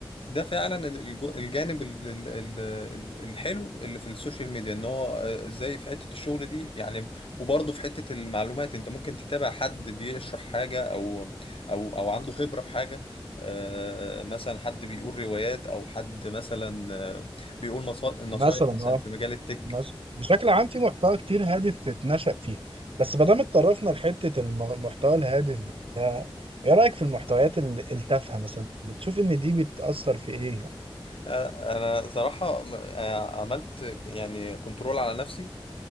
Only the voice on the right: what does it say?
مثلا
اه
مثلا بشكل عام في محتوى كتير هادف اتنشأ فيه بس ما دام اتطرفنا لحتة الم- المحتوى الهادف ده ايه رأيك في المحتويات ال- التافهة مثلا؟ بتشوف ان دي بتأثر في ايه يعني؟